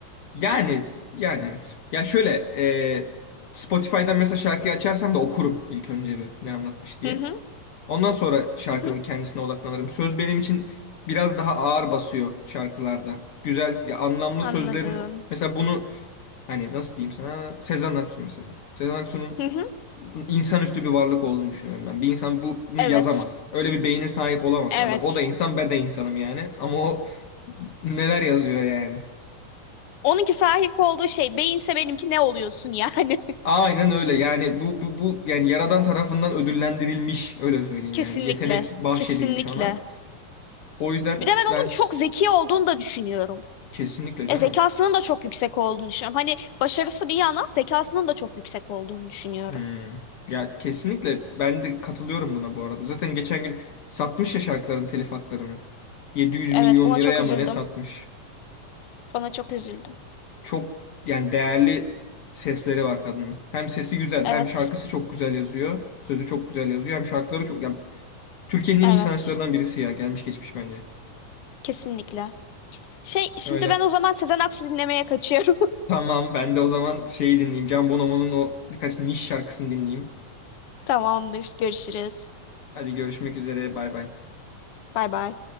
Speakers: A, on the left; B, on the left.
A: yani yani evet. Ya şöyle e, Spotify'dan mesela şarkıyı açarsam da okurum ilk önce bir ne anlatmış diye.
B: Hı hı,
A: Ondan sonra şarkının
B: hı hı.
A: kendisine odaklanırım. Söz benim için biraz daha ağır basıyor şarkılarda. Güzel ya anlamlı
B: Anladım.
A: sözlerin mesela bunu hani nasıl diyeyim sana Sezen Aksu mesela. Sezen Aksu'nun
B: Hı hı.
A: insanüstü bir varlık olduğunu düşünüyorum ben. Bir insan bu, bunu
B: Evet,
A: yazamaz. Öyle bir beyne sahip olamazsın
B: evet.
A: adam. O da insan, ben de insanım yani. Ama o neler yazıyor yani.
B: Onunki sahip olduğu şey beyinse benimki ne oluyorsun yani?
A: Aynen öyle. Yani bu bu bu yani yaradan tarafından ödüllendirilmiş öyle
B: <laughs>
A: söyleyeyim
B: Kesinlikle,
A: yani. Bir yetenek bahşedilmiş
B: kesinlikle.
A: ona. O yüzden
B: Bir de ben
A: ben
B: onun
A: s-
B: çok zeki olduğunu da düşünüyorum.
A: kesinlikle canım.
B: E, zekasının da çok yüksek olduğunu düşünüyorum. Hani başarısı bir yana zekasının da çok yüksek olduğunu düşünüyorum.
A: Hmm. Ya kesinlikle ben de katılıyorum buna bu arada. Zaten geçen gün satmış ya şarkıların telif haklarını. 700
B: Evet,
A: milyon
B: ona
A: liraya
B: çok üzüldüm.
A: mı ne satmış?
B: Ona çok üzüldüm.
A: çok yani değerli sesleri var kadının. Hem sesi güzel,
B: Evet,
A: hem şarkısı çok güzel yazıyor. Sözü çok güzel yazıyor, hem şarkıları çok yani Türkiye'nin
B: evet.
A: en iyi sanatçılarından birisi ya, gelmiş geçmiş bence.
B: Kesinlikle. Şey, şimdi
A: Öyle.
B: ben o zaman Sezen Aksu dinlemeye kaçıyorum.
A: Tamam, ben de o zaman şeyi dinleyeyim. Can Bonomo'nun o birkaç niş şarkısını dinleyeyim.
B: <laughs> Tamamdır. Görüşürüz.
A: Hadi görüşmek üzere, bay bay.
B: Bay bay.